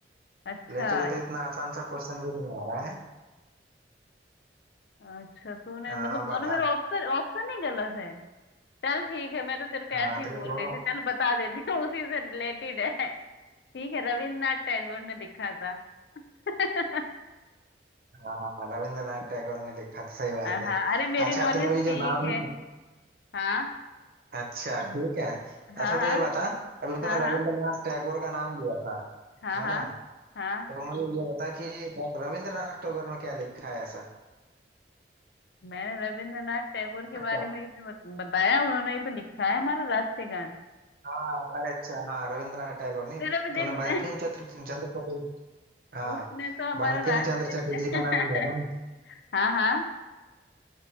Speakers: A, on the left; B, on the right.
A: अच्छा
B: ले तुझे तो इतना आसान सा क्वेश्चन भी नहीं आ रहा है
A: अच्छा तूने
B: अ,
A: मतलब
B: अब
A: दोनों
B: बता
A: मेरे ऑप्शन ऑप्शन ही गलत है चल ठीक है मैं तो तेरे को
B: हाँ
A: ऐसे ही
B: तेरे
A: बोल
B: दोनों
A: रही थी चल बता देती हूँ उसी से रिलेटेड है ठीक है रविन्द्रनाथ टैगोर ने लिखा था <laughs>
B: हाँ रविंद्रनाथ टैगोर ने लिखा था सही बात
A: हाँ
B: है
A: अरे मेरी
B: अच्छा
A: नॉलेज
B: तूने अभी
A: ठीक
B: जो नाम
A: है हाँ
B: अच्छा ठीक है
A: हाँ
B: अच्छा तो
A: हाँ
B: ये बता अभी तूने
A: हाँ
B: रविंद्रनाथ
A: हाँ
B: टैगोर का नाम लिया था
A: हाँ
B: है
A: हाँ
B: ना
A: हाँ
B: तो मुझे ये बता कि रविंद्रनाथ टैगोर ने क्या लिखा है ऐसा
A: मैंने रविंद्रनाथ टैगोर के
B: अच्छा
A: बारे में ही तो बत- बताया उन्होंने ही तो लिखा है हमारा राष्ट्रीय गान
B: हाँ अरे अच्छा हाँ रविंद्रनाथ टैगोर ने
A: तेरा भी
B: तूने
A: देख
B: बंकिम चंद्र चंद्र चटर्जी
A: <laughs>
B: हाँ
A: उसने तो हमारा
B: बंकिम
A: राष्ट्रीय
B: चंद्र चटर्जी का नाम लिया था ना
A: <laughs> हाँ हाँ